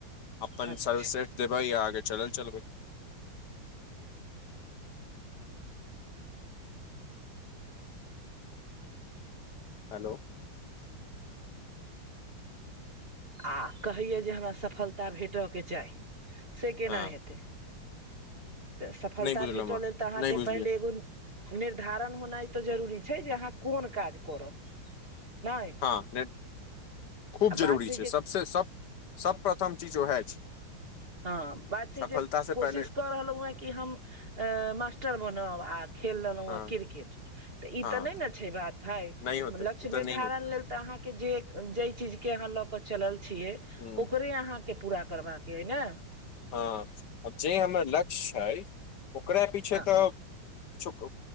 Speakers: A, on the left (about 60°); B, on the right (about 25°).
A: अपन
B: अच्छा
A: सर्वश्रेष्ठ देबै आ आगे चल चलबै हेलो
B: आ कहैया जे हमरा सफलता भेटयके चाही से केना
A: हँ
B: हेते सफलता
A: नहि बुझलहु
B: भेटय
A: हँ
B: लेल तऽ अहाँके
A: नहि बुझलियै
B: पहिले एगो निर्धारण होनाइ तऽ जरूरी छै जे अहाँ कोन काज करब नहि
A: हँ ने खूब
B: आ
A: जरूरी
B: बात
A: छै
B: जे
A: सबसँ सब सबप्रथम चीज उएह छै
B: हँ बात छै
A: सफलता
B: जे
A: से
B: कोशिश
A: पहिले
B: कऽ रहलहु हन कि हम अ मास्टर बनब आ खेल ललहुँ
A: हँ
B: हन क्रिकेट तऽ ई
A: हँ
B: तऽ नय नऽ छै बात भाय
A: नहि होतै
B: लक्ष्य
A: ओ तऽ
B: निर्धारण
A: नहि होतै
B: लेल तऽ अहाँ के जे जै चीज कऽ अहाँ लऽ कऽ चलल छीयै
A: ह
B: ओकरे अहाँके पूरा करबाक कऽ ये नऽ <inaudible>
A: हँ जे हमर लक्ष्य छै ओकरे पीछे
B: हँ
A: तऽ किछुक